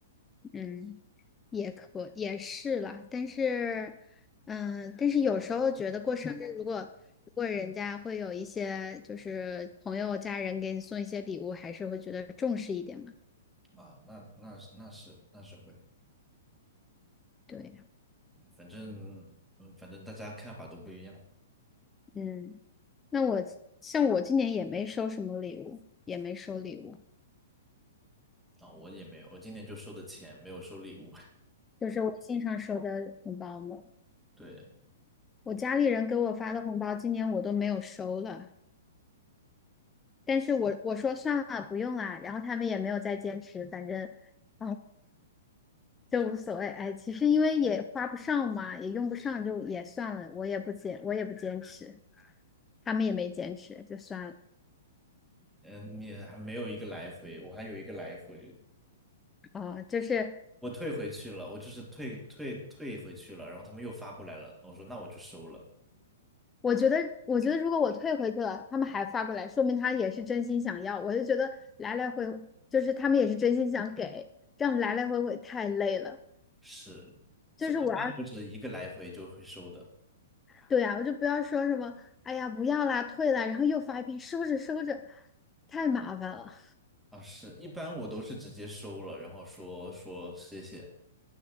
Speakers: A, on the left; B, in the centre.
A: 嗯，也可也是啦，但是，嗯，但是有时候觉得过生日，如果如果人家会有一些就是朋友家人给你送一些礼物，还是会觉得重视一点嘛。
B: 啊。那那是那是那是会，
A: 对，
B: 反正嗯，反正大家看法都不一样
A: 嗯，那我像我今年也没收什么礼物，也没收礼物，
B: 啊。我也没有，我今年就收的钱，没有收礼物。<laughs>
A: 就是微信上收的红包嘛。
B: 对，
A: 我家里人给我发的红包，今年我都没有收了。但是我我说算了，不用啦，然后他们也没有再坚持，反正，嗯，就无所谓。哎，其实因为也花不上嘛，也用不上，就也算了，我也不坚，我也不坚持，他们也没坚持，就算了。
B: 嗯，你还没有一个来回，我还有一个来回，
A: 哦、就是
B: 我退回去了，我就是退退退回去了，然后他们又发过来了，我说那我就收了，
A: 我觉得，我觉得如果我退回去了，他们还发过来，说明他也是真心想要。我就觉得来来回，就是他们也是真心想给，这样来来回回太累了。
B: 是，所以一般都是一个来回就会收的。
A: 就是我对呀，我就不要说什么，哎呀，不要啦，退啦，然后又发一遍，收着收着，太麻烦了。
B: 啊，是，一般我都是直接收了，然后说说谢谢，